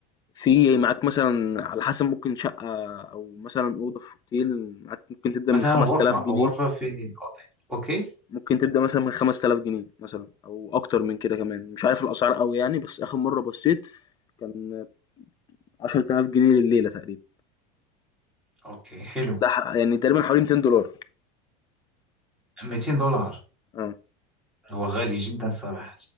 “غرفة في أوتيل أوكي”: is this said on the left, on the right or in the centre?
Centre